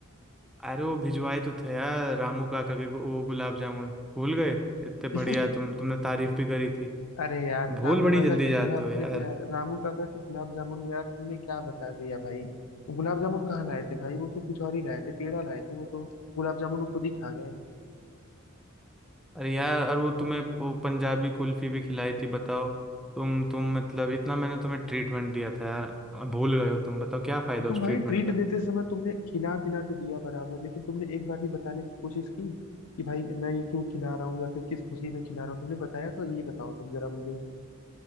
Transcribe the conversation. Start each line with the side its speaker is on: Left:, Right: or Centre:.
Centre: अरे वो भिजवाए तो थे यार रामू काका के गु- वो गुलाब जामुन भूल गए इतने
Left: <laughs>
Centre: बढ़िया तुम तुमने तारीफ भी करी थी
Left: अरे यार
Centre: भूल
Left: रामू
Centre: बड़ी
Left: काका
Centre: जल्दी
Left: के
Centre: जाते
Left: गुलाब
Centre: हो यार
Left: देखो यार रामू काका के गुलाब जामुन में यार तुमने क्या बता दिया भाई वो गुलाब जामुन कहाँ लाए थे भाई वो तो कुछ और ही लाए थे पेड़ा लाए थे वो तो गुलाब जामुन वो खुद ही खा गए
Centre: अरे यार और वो तुम्हें वो पंजाबी कुल्फी भी खिलाई थी बताओ तुम तुम मतलब इतना मैंने तुम्हें ट्रीटमेंट दिया था यार भूल गए हो तुम बताओ क्या फायदा
Left: तो तुम
Centre: उस
Left: भाई
Centre: ट्रीटमेंट
Left: ट्रीट देते समय तुमने खिला पिला तो दिया बराबर लेकिन तुमने एक बार भी बताने की कोशिश की कि भाई मैं ये क्यों खिला रहा हूँ या फिर किस खुशी में खिला रहा हूँ तुमने बताया तो ये बताओ तुम जरा मुझे